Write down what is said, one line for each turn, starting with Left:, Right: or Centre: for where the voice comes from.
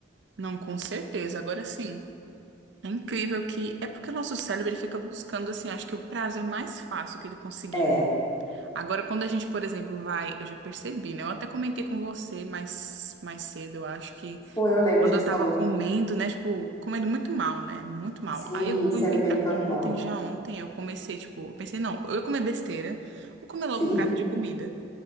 Right: Não, com certeza. Agora sim, é incrível que. É porque o nosso cérebro ele fica buscando, assim, acho que o prazer mais fácil que ele conseguir.
Left: É,
Right: né? Agora, quando a gente, por exemplo, vai. Eu já percebi, né? Eu até comentei com você mais, mais cedo, eu acho que.
Left: foi, eu lembro,
Right: Quando
Left: a gente
Right: eu tava
Left: falou,
Right: comendo, né? Tipo, comendo muito mal, né? Muito mal.
Left: sim,
Right: Aí eu fui
Left: se
Right: inventar
Left: alimentando
Right: ontem,
Left: mal.
Right: já ontem, eu comecei, tipo, eu pensei, não, eu ia comer besteira, vou comer logo
Left: Sim.
Right: um prato de comida.